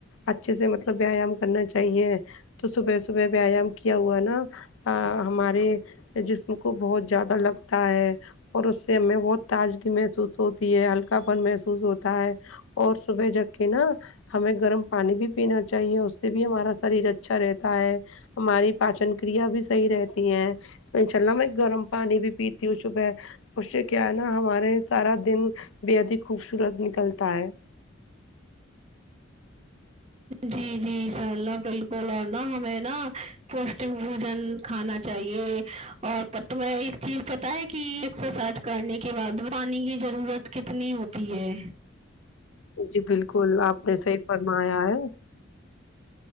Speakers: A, on the left (about 75°); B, on the right (about 30°).
A: اچھے سے مطلب ویایام کرنا چاہیے تو صبح صبح ویایام کیا ہوا ہے نا ہمارے جسم کو بہت زیادہ لگتا ہے اور اس سے ہمیں بہت تازگی محسوس ہوتی ہے ہلکا پن محسوس ہوتا ہے اور صبح جگ کے نا ہمیں گرم پانی بھی پینا چاہیے اس سے بھی ہمارا شریر اچھا رہتا ہے ہماری پاچن کریا بھی صحیح رہتی ہے تو انشاء اللہ میں گرم پانی بھی پیتی ہوں صبح اس سے کیا ہے نا ہمارے سارا دن بےحد ہی خوبصورت نکلتا ہے <unintelligible>
B: جی جی ان شاء اللہ بالکل اور نا ہمیں نا پوشٹک بھوجن کھانا چاہیے اورٹ تمہیں ایک چیز پتا ہے کہ ایکز سائز کرنے کے بعد پانی کی ضرورت کتنی ہوتی ہے
A: جی بالکل آپ نے صحیح فرمایا ہے